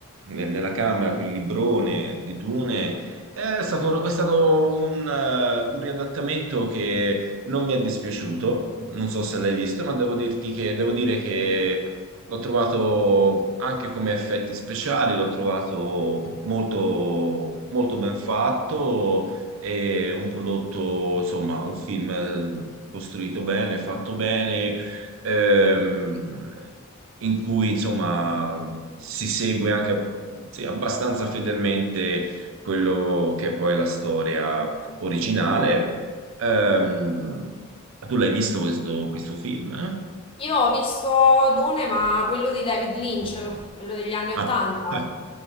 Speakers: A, on the right (about 65°); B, on the left (about 25°).
A: ne- nella camera, quel librone di Dune, è stato, è stato un, eh, un riadattamento che non mi è dispiaciuto. Non so se l'hai visto, ma devo dirti che, devo dire che L'ho trovato anche come effetti speciali, l'ho trovato molto, molto ben fatto e un prodotto, insomma, un film eh, costruito bene, fatto bene, ehm, in cui, insomma, si segue anche sì, abbastanza fedelmente quello che è poi la storia originale. Ehm, tu l'hai visto questo, questo film? eh?
B: io ho visto Dune, ma quello di David Lynch, quello degli anni Ottanta.
A: Ah. <laughs>